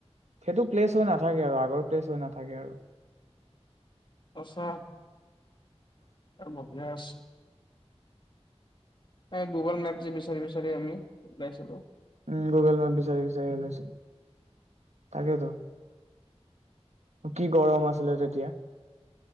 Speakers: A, on the right (about 85°); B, on the left (about 45°).
A: সেইটো প্লেচ হৈ নাথাকে আৰু আগৰ প্লেচ হৈ নাথাকে আৰু।
B: সঁচা। আ বহিয়ে আছো গুগল মেপ যে বিচাৰি বিচাৰি আমি ওলাই চো ত
A: উম গুগল মেপ বিচাৰি-বিচাৰি ওলাইছো তাকেতো কি গৰম আছিলে তেতিয়া।